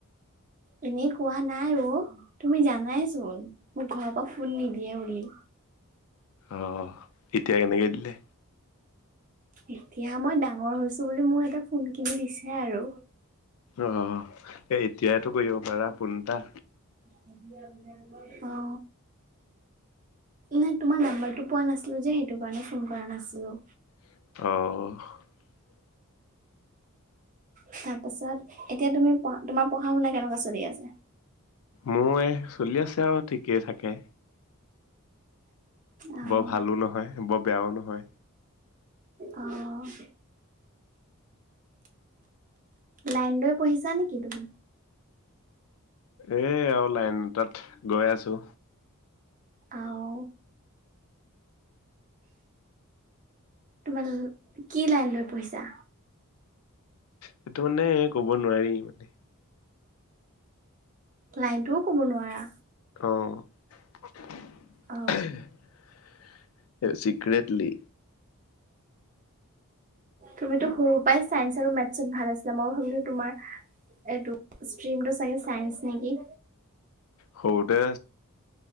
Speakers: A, on the right; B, on the left.
A: এনে কোৱা নাই অ, তুমি জানাইচোন মোক ঘৰৰ পৰা ফোন নিদিয়ে বুলি।
B: অহ, এতিয়া কেনেকৈ দিলে।
A: এতিয়া মই ডাঙৰ হৈছো বুলি মোৰ এটা ফোন কিনি দিছে আৰু।
B: আহ, এতিয়া টো কৰিব পৰা ফোন এটা।
A: অ', নাই তোমাৰ নাম্বাৰটো পোৱা নাছিলোঁ যে সেইটো কাৰণে ফোন কৰা নাছিলোঁ।
B: আহঁ।
A: তাৰ পাছত এতিয়া তুমি পঢ়া তোমাৰ পঢ়া-শুনা কেনেকুৱা চলি আছে?
B: মোৰ এ চলি আছে আৰু ঠিকেই থাকে।
A: আহ
B: বৰ ভালো নহয়, বৰ বেয়াও নহয়।
A: অ', লাইন লৈ পঢ়িছা নেকি তুমি?
B: এ, অ, লাইন তাত গৈ আছো।
A: আও তোমাৰ কি লাইন লৈ পঢ়িছা?
B: সেইটো মানে ক'ব নোৱাৰি মানে।
A: লাইনটোও ক'ব নোৱাৰা?
B: অ', <unintelligible>
A: অ
B: এ চিক্ৰেটলি।
A: তুমিতো সৰু পাই চাইন্স আৰু মেথছত ভাল আছিলা মই ভাবিছো তোমাৰ এইটো ষ্ট্ৰিমটো চাগে চাইন্স নেকি?
B: সৰুতে